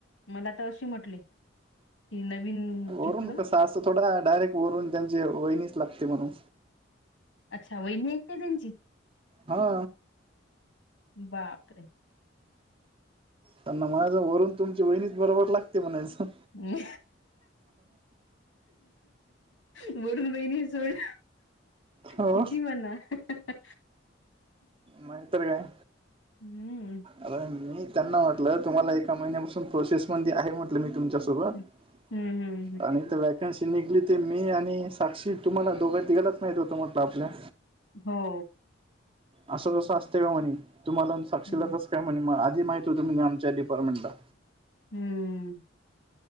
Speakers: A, on the left; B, on the right.
A: मला तर अशी म्हटले की नवीन.....
B: वरून
A: घेतलं
B: कसा असं थोडा डायरेक्ट वरून त्यांची वहिणीच लागते म्हणून.....
A: अच्छा वहिनी एक काय त्यांची...
B: हा....
A: बापरे....
B: त्यांना म्हणायचं वरून तुमची वहिणीच बरोबर लागते म्हणायचं....
A: ह... म्हनून वहिणी सोड
B: हो
A: किती म्हणा... हं हं हं...
B: मग तर काय...
A: हम्म
B: अर मी त्यांना म्हटलं तुम्हाला एका महिन्यापासून प्रोसेस मध्ये आहे म्ह.... तुमच्या सोबत
A: हं, हं, हं, हं,
B: आणि इथ
A: हं.
B: लाईक शी निघली ते मी आणि साक्षी तुम्हाला दोघां तिघांनाचं माहीत होत म्हटलं आपल्या....
A: हो...
B: असं कसं असते का म्हणे तुम्हाला साक्षीला
A: हं,
B: कस काय म्हणे मगधी माहतीत तुम्ही आमच्या डिपार्टमेंटला...
A: हम्म..